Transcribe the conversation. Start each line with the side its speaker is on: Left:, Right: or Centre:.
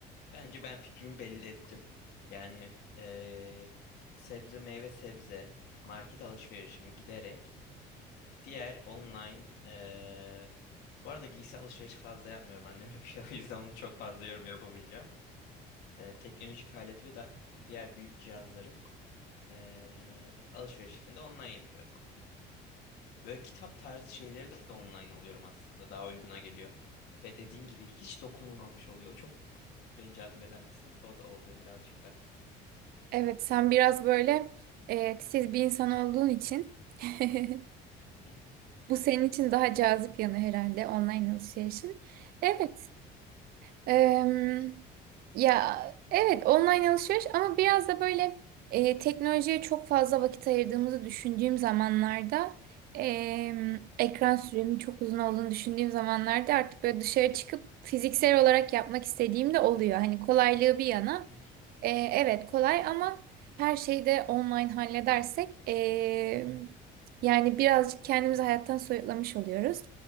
Left: bence ben fikrimi belli ettim. Yani e, sebze meyve sebze market alışverişimi giderek diğer online e, bu arada giysi alışverişi fazla yapmıyorum annem yapıyor <laughs> o yüzden onu çok fazla yorum yapamayacağım. E, teknolojik alet ve da- diğer büyük cihazların e, alışverişini de online yapıyorum. Böyle kitap tarzı şeyleri de online alıyorum aslında. Daha uyguna geliyor. Ve dediğin gibi hiç dokunulmamış oluyor. O çok beni cazibeden kısmı da o da oluyor birazcık da.
Right: Evet, sen biraz böyle e, titiz bir insan olduğun için. <laughs>
Left: <laughs>
Right: Bu senin için daha cazip yanı herhalde online alışverişin. Evet. em, ya evet online alışveriş ama biraz da böyle e, teknolojiye çok fazla vakit ayırdığımızı düşündüğüm zamanlarda em, ekran süremin çok uzun olduğunu düşündüğüm zamanlarda artık böyle dışarı çıkıp fiziksel olarak yapmak istediğim de oluyor. Hani kolaylığı bir yana.
Left: Hı hı.
Right: E, evet kolay ama her şeyi de online halledersek e, yani birazcık kendimizi hayattan soyutlamış oluyoruz.